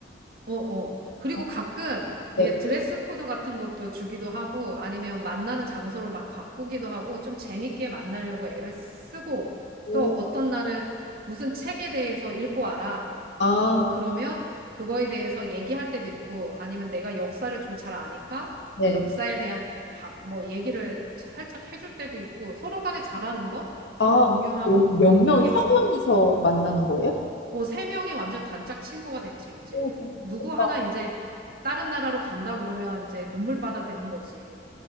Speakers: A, on the right; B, on the left.
A: 어, 어. 그리고
B: 아,
A: 가끔 이게
B: 네.
A: 드레스 코드 같은 것도 주기도 하고 아니면 만나는 장소를 막 바꾸기도 하고 좀 재밌게 만나려고 애를 쓰고
B: 오,
A: 또 어떤 날은 무슨 책에 대해서 읽고 알아.
B: 아,
A: 뭐 그러면 그거에 대해서 얘기할 때도 있고 아니면 내가 역사를 좀 잘 아니까
B: 네.
A: 역사에 대한 바- 뭐 얘기를 살짝 해줄 때도 있고 서로 간에 잘하는 거
B: 아,
A: 좀 공유하고
B: 몇, 몇 명,
A: 얘기하고
B: 세 명이서 만나는 거예요?
A: 어, 세 명이 완전 단짝 친구가 됐지, 이제.
B: 오, 너무
A: 누구
B: 좋겠다.
A: 하나 이제 다른 나라로 간다 그러면 이제 눈물바다 되는 거지.